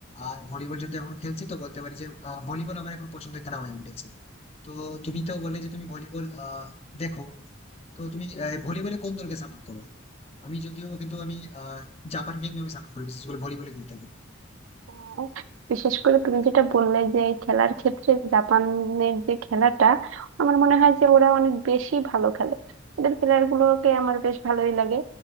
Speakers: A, on the left (about 30°); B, on the right (about 80°).
A: আর ভলিবল যেহেতু এখন খেলছি তো বলতে পারি যে ভলিবল আমার এখন পছন্দের খেলা হয়ে উঠেছে তো তুমি তো বললে যে তুমি ভলিবল আহ দেখো তো তুমি আহ, ভলিবলে কোন দলকে সাপোর্ট করো আমি যদিও কিন্তু আমি আহ, জাপানকে কিন্তু আমি সাপোর্ট করি বিশেষ করে ভলিবলে খেলতে
B: আহ, বিশেষ করে তুমি যেটা বললে যে এই খেলার ক্ষেত্রে জাপানের যে খেলাটা আমার মনে হয় যে ওরা অনেক বেশি ভালো খেলে ওদের প্লেয়ার গুলোকে আমার বেশ ভালোই লাগে